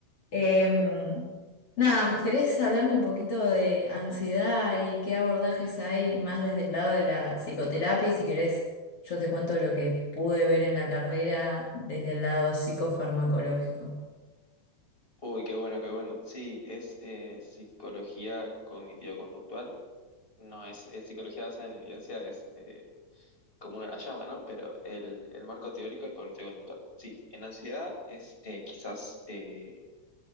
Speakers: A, on the left; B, on the left.
A: Em, nada, ¿querés hablarme un poquito de ansiedad y qué abordajes hay más desde el lado de la psicoterapia? Si querés, yo te cuento lo que pude ver en la carrera desde el lado psicofarmacológico.
B: Uy, qué bueno, qué bueno. Sí, es eh, psicología cognitivo-conductual. No es, es psicología basada en evidencia, es eh, como uno la llama, ¿no? Pero el, el marco teórico es cognitivo-conductual. Sí, en ansiedad es eh, quizás eh,